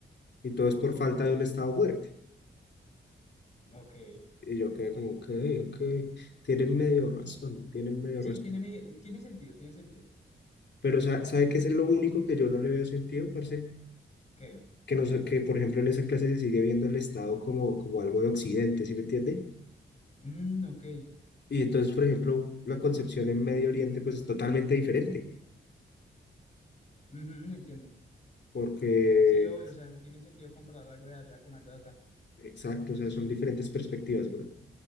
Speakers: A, on the left (about 55°); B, on the left (about 35°).
A: Y todo es por falta de un Estado fuerte.
B: ok.
A: Y yo quedé como, ok, ok, tienen medio razón, tienen medio
B: Sí,
A: razón.
B: tiene, medio- tiene sentido, tiene sentido.
A: Pero sa- ¿sabe qué es lo único que yo no le veo sentido, parce?
B: Ok.
A: Que, no, sé- que, por ejemplo, en esa clase se sigue viendo el Estado como, como algo de Occidente, ¿sí me entiende?
B: Mm, ok.
A: Y entonces, por ejemplo, la concepción en Medio Oriente, pues es totalmente diferente,
B: Ujú, entiendo.
A: porque,
B: Sí, obvio, o sea, no tiene sentido comprar algo de allá con algo de acá.
A: exacto, o sea, son diferentes perspectivas, güey.